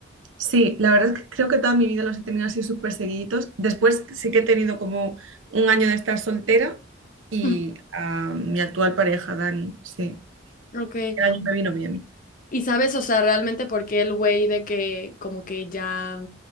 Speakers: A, on the right; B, on the left.
A: Sí, la verdad es que creo que toda mi vida los he tenido así súper seguiditos. Después sí que he tenido como un año de estar soltera y
B: Ujú.
A: a mi actual pareja, Dani, sí.
B: Ok. Oye,
A: El año me vino bien.
B: ¿Y sabes, o sea, realmente por qué el güey de que como que ya,